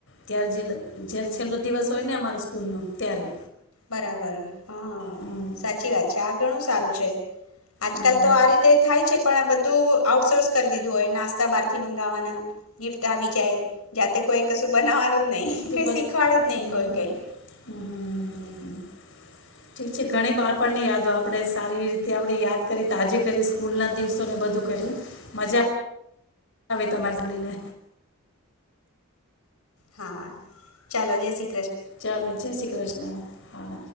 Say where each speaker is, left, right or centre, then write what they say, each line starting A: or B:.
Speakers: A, on the left; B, on the left.
A: ત્યાં જીલ
B: હમ
A: જયારે છેલ્લો, દિવસ હોય ને અમારે સ્કૂલનો ત્યારે
B: બરાબર હા,
A: હમ
B: સાચી વાત છે. આગણું સારું છે આજ
A: હમ
B: કાલ તો આ રીતે થાય છે પણ બધું આઉટસોર્સ કરી દીધું હોય, નાસ્તા બહારથી મંગાવવાના, ગિફ્ટ આવી જાય જાતે કોઈ કશું બનાવાનું જ નહીં,
A: બધું
B: કંઈ
A: બધ
B: શીખવાડ જ નહીં,
A: હમ
B: કોઈ કંઈ
A: હમ હમ હમ હમ ઠીક છે, ઘણી બાળપણને યાદ તો આપણે સારી રીતે આમ ને યાદ કરી, તો‌ આજે કરી સ્કૂલ ના દિવસોને બધું કર્યું, મજા, તમાર સભી ને
B: હા, ચાલો બેસી
A: ચાલો, જય શ્રી કૃષ્ણ, હા.